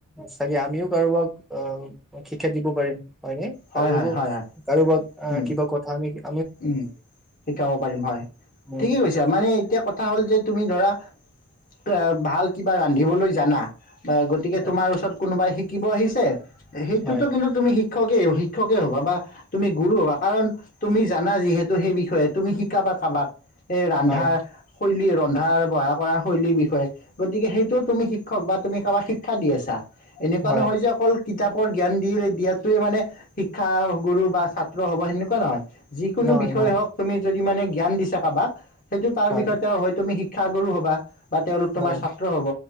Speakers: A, in the centre; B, on the left.
A: চাগে আমিও কাৰোবাক অ শিক্ষা দিব পাৰিম হয়
B: হয় হয় হয় উম উম শিকাব পাৰিম হয়
A: উম
B: ঠিকেই কৈছা মানে এতিয়া কথা হ'ল যে তুমি ধৰা তে ভাল কিবা ৰান্ধিবলৈ জানা বা গতিকে
A: হয়
B: তোমাৰ ওচৰত কোনোবাই শি কিবা আহিছে সেইটোতো
A: হয়
B: কিন্তু তুমি শি শিক্ষকে শিক্ষকে হ'বা বা তুমি গুৰু হ'বা কাৰণ তুমি জানা যিহেতু সেই বিষয়ে তুমি শিকাবা কাবাক এই ৰন্ধা
A: হয়
B: শৈলী ৰ ৰন্ধাৰ বঢ়া কৰা শৈলীৰ বিষয়ে গতিকে সেইটোও তুমি শিক্ষক বা তুমি কাৰোবাক শিক্ষা দি আছা এনেকোৱা
A: হয়
B: নহয় যে অকল কিতাপৰ জ্ঞান দি দিয়াটোৱে মানে শিক্ষাগুৰু বা ছাত্ৰ হ'ব সেনেকোৱা নহয় যিকোনো
A: নহয়
B: বিষয়ে
A: নহয়
B: হওক তুমি যদি মানে জ্ঞান দিছা কাবাক সেইটো তাৰ
A: হয়
B: বিষ শিক্ষাগুৰু হবা বা তেওঁলোক তোমাৰ
A: হয়
B: ছাত্ৰ হ'ব